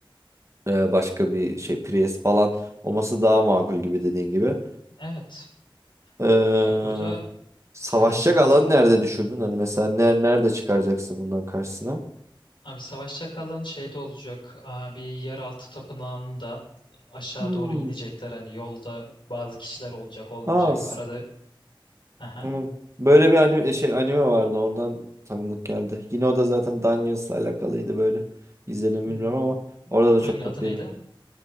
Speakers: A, on the right; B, on the left.
A: ee, başka bir şey Prius falan olması daha makul gibi dediğin gibi.
B: Evet.
A: Ee,
B: Ya burada
A: savaşacak
B: yani bu dedik
A: alanı nerede düşündün? Hani mesela ne, nerede çıkaracaksın bundan karşısına?
B: Abi savaş çakalların şeyde olacak. aa, Bir yeraltı tapınağında aşağı
A: Hmm.
B: doğru inecekler. Hani yolda bazı kişiler olacak olmayacak.
A: Aa, s-
B: Arada aha.
A: tamam. Böyle bir anime, şey, anime vardı oradan tanıdık geldi. Yine o da zaten Dungeons'la alakalıydı böyle. İzledim
B: Hmm,
A: mi bilmiyorum ama orada da
B: Hangi
A: çok tatlıydı.
B: adı neydi?